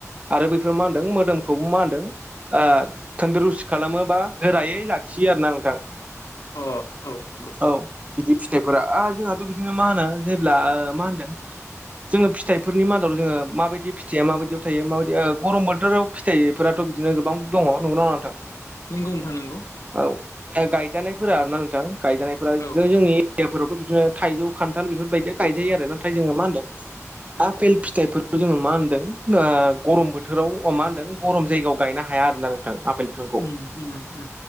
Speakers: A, on the right; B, on the left.
A: आरो बैफोर मा होनदों मोदोमखौबो मा होनदों ओ थोनदुरुस खालामोबा गोरायै लाखियो आरो ना नोंथां
B: अ औ नंगौ
A: औ बिदि फिथाइफोरा जोंहाथ' बिदिनो मा होनो जेब्ला मा होनदों जोङो फिथाइफोरनि मादाव जोङो माबायदि फिथाइया माबायदियाव थायो माबायदि ओ गरम बोथोराव फिथायाइफोराथ' बिदिनो गोबां दङ नंगौ ना नङा नोंथां
B: नोंगौ नोंथां नोंगौ
A: औ दा गायजानायफोरा आरोना नोंथां गायजानायफोरा
B: औ
A: जोंनि याफोरावथ' बिदिनो थाइजौ खान्थाल बेफोरबायदिया गायजायो आरो नाथाय जोङो मा होनदों आपेल फिथाइफोरखौ जोङो मा होनदों ओ गरम बोथ बोथोराव मा होनदों गरम जायगायाव गायनो हाया आरोोना नोंथां आफेल बिफांखौ।
B: उम उम उम